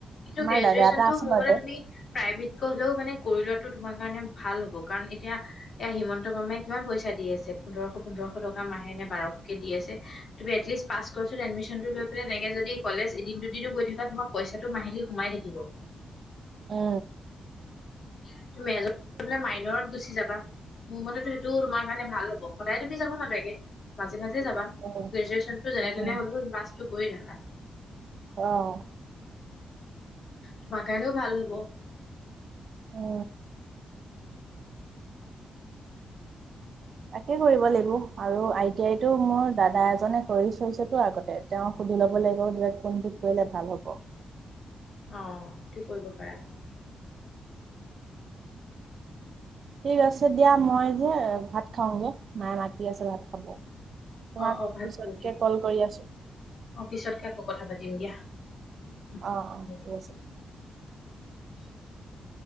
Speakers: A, on the left; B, on the right.
A: কিন্তু,
B: আমাৰ
A: গ্ৰেজুৱেচনতটো
B: দাদা এটা আছে
A: মোৰ
B: বাৰুতে
A: মতে তুমি প্ৰাইভেট কৈ হলেও মানে কৰি লোৱাটো তোমাৰ কাৰণে ভাল হ'ব, কাৰণ এতিয়া এয়া হিমন্ত মামাই কিমান পইচা দি আছে, পোন্ধৰশ-পোন্ধৰশ টকা মাহে নে, বাৰশকে দি আছে। তুমি এটলিষ্ট পাছ কোৰ্চত এডমিশনটো লৈ পেলাই তেনেকে যদি কলেজ এদিন-দুদিনো গৈ থকা, তোমাৰ পইচা টো মাহিলী সোমাই থাকিব।
B: অ।
A: <unintelligible> তু মেজৰলে মাইনৰত গুচি যাবা। মোৰ মতেতো সেইটো তোমাৰ কাৰণে ভাল হ'ব সদায় তুমি যাব নালাগে মাজে মাজে যাবা গ্ৰেজোৱেচন
B: উম
A: যেনে
B: উম
A: তেনে হ'লেও পাছ কৰি ৰাখা।
B: অহ।
A: তোমাৰ কাৰণেও ভাল হ'ব।
B: অ। তাকে কৰিব লাগিব আৰু আই টি আই টো মোৰ দাদা এজনে কৰি থৈছেতো আগতে, তেওঁ সুধি ল'ব লাগিব যে কোনটোত কৰিলে ভাল হ'ব।
A: অ', সেইটো কৰিব পাৰা।
B: ঠিক আছে দিয়া মই যে ভাত খাওঁগে নাই মায়ে মাতি আছে ভাত খাব। তোমাক
A: অ', অ', ভাত
B: পিছতকে
A: খোৱাগে
B: কল কৰি আছো
A: অ', পিছতকে আকৌ কথা পাতিম দিয়া। হ'ব
B: অ',
A: দিয়া।
B: অ', <unintelligible>
A: <unintelligible>